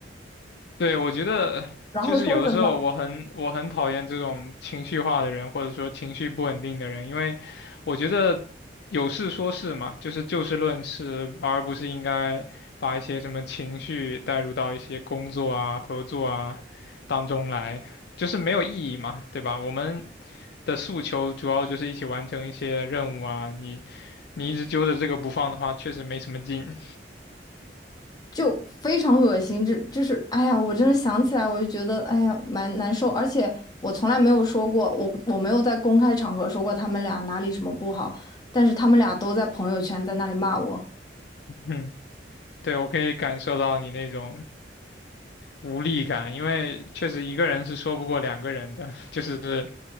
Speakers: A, on the left; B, on the left.
A: 对，我觉得就是有的时候我很我很讨厌这种情绪化的人，
B: 然后说什么
A: 或者说情绪不稳定的人，因为我觉得有事说事嘛，就是就事论事，而不是应该把一些什么情绪带入到一些工作啊、合作啊当中来，就是没有意义嘛，对吧？我们的诉求主要就是一起完成一些任务啊，你你一直揪着这个不放的话，确实没什么劲。
B: 就非常恶心，这就是哎呀，我真的想起来我就觉得哎呀蛮难受，而且我从来没有说过，我我没有在公开场合说过他们俩哪里什么不好，但是他们俩都在朋友圈在那里骂我，
A: <laughs> 嗯，对，我可以感受到你那种无力感，因为确实一个人是说不过两个人的，<laughs> 就是